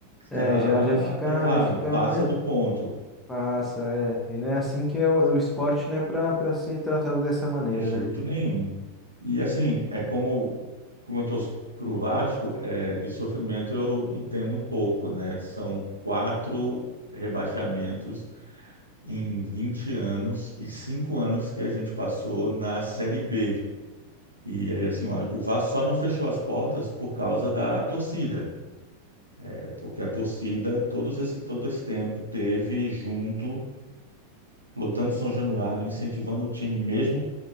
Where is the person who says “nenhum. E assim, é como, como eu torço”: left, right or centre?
Right